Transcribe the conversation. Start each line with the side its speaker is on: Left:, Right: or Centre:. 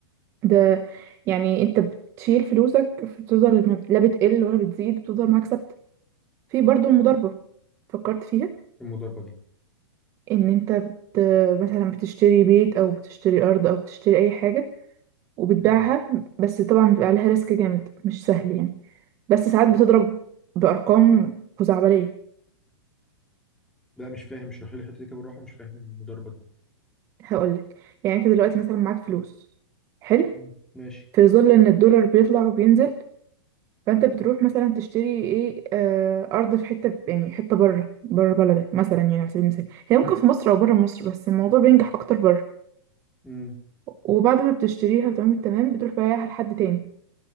Right: ده يعني انت بتشيل فلوسك بتفضل ما- لا بتقل ولا بتزيد بتفضل معاك ثابتة في برضو المضاربة فكرت فيها
Centre: المضاربه دي
Right: ان انت بت... مثلا بتشتري بيت او بتشتري ارض او بتشتري اي حاجة وبتبيعها
Centre: مم.
Right: بس طبعا بيبقى عليها ريسك جامد مش سهل يعني بس ساعات بتضرب بارقام خزعبلية
Centre: لا مش فاهم اشرح لي الحته دي كده بالراحه مش فاهم المضاربه دي
Right: هقولك يعني انت دلوقتي مثلا معاك فلوس حلو
Centre: مم. ماشي
Right: في ظل ان الدولار بيطلع وبينزل فانت بتروح مثلا تشتري ايه آه ارض في حته يعني حته بره بره بلدك مثلا يعني على سبيل المثال هي ممكن في مصر او بره مصر بس الموضوع بينجح اكتر بره
Centre: مم.
Right: وبعد ما بتشتريها وتمام التمام بتروح بايعها لحد تاني